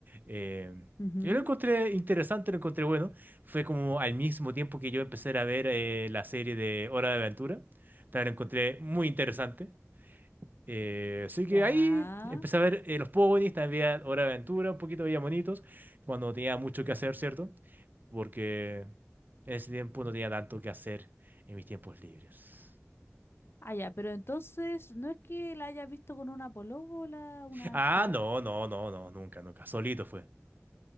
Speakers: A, on the right (about 40°); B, on the left (about 50°).
A: Eh,
B: ujú,
A: yo lo encontré interesante, lo encontré bueno fue como al mismo tiempo que yo empecé a ver eh, la serie de Hora de Aventura. También la encontré muy interesante. Eh, así que
B: Ya.
A: ahí empecé a ver eh, los ponies, también veía Hora de Aventura, un poquito veía monitos, cuando no tenía mucho que hacer, ¿cierto? Porque en ese tiempo no tenía tanto que hacer en mis tiempos libres.
B: Ah, ya, pero entonces, ¿no es que la hayas visto con una polola, una
A: Ah,
B: ex
A: no, no, no, no, nunca, nunca. Solito fue.